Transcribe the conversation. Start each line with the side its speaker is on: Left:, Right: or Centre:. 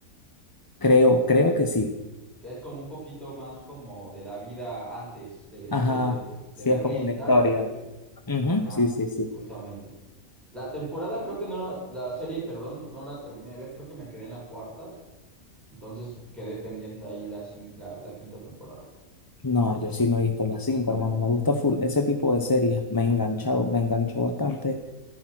Left: Creo, creo que sí.
Centre: que es como un poquito más como de la vida antes de este,
Left: Ajá.
Centre: de
Left: Sí,
Centre: Berlín.
Left: es como una historia.
Centre: Ah, pues Berlín.
Left: Ujú,
Centre: Ajá,
Left: Sí, sí, sí.
Centre: justamente. La temporada creo que no la, la serie, perdón, no la terminé de ver, creo que me quedé en la cuarta, entonces quedé pendiente ahí la, cin- la la quinta temporada.
Left: No, yo sí me he visto las cinco, hermano. Me gusta full ese tipo de series. Me he enganchado, me enganchó bastante.